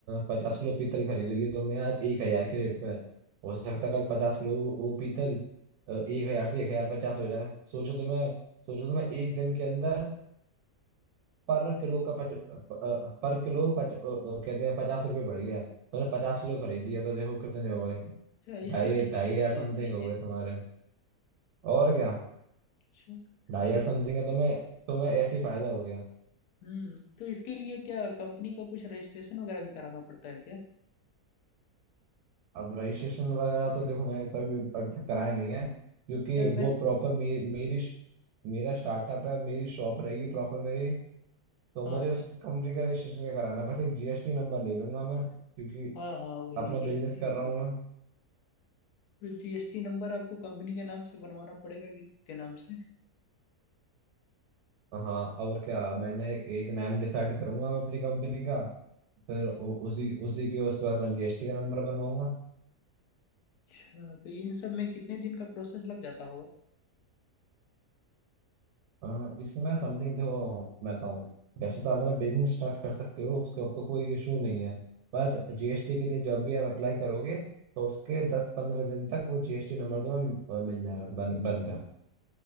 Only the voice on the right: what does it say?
पचास किलो पीतल खरीद लिया तुमने आज एक हजार के रेट पे हो सकता है कल पचास किलो वो, वो पीतल एक
हजार
से एक हजार पचास हो जाए सोचो तुम्हें सोचो तुम्हें एक दिन के अंदर पर किलो का पच, प, अ, पर किलो पच, अ, अ, कहते हैं पचास रुपये बढ़ गया तुमने पचास किलो खरीदी है तो देखो कितने हो गए
ढाई
ढाई
हजार समथिंग
हो गए तुम्हारे और क्या
ढाई हजार
समथिंग है तो मैं तो मैं ऐसे ही फायदा हो गया
अब रजिस्ट्रेशन वगैरह तो देखो मैंने कभी अब तक कराया नहीं है क्योंकि
वो
प्रॉपर मे, मेरी मेरा स्टार्टअप है मेरी शॉप रहेगी प्रॉपर मेरी तो
मुझे
उस कंपनी का रजिस्ट्रेशन का कराना है। बस एक जीएसटी नंबर ले लूंगा मैं क्योंकि
अपना
बिजनेस कर
रहा हूँ मैं
हाँ और क्या मैंने एक नाम डिसाइड करूंगा मैं अपनी कंपनी का फिर उ- उसी उसी के उस पर अपना जीएसटी का नंबर बनवाऊंगा
अ, इसमें समथिंग देखो मैं बताऊँ वैसे तो आप अपना बिजनेस स्टार्ट कर सकते हो उसके आपको कोई इशू नहीं है पर जीएसटी के लिए जब भी आप अप्लाई करोगे तो उसके दस पंद्रह दिन तक वो जीएसटी नंबर तुम्हें अ, मिल जाएगा बन बनकर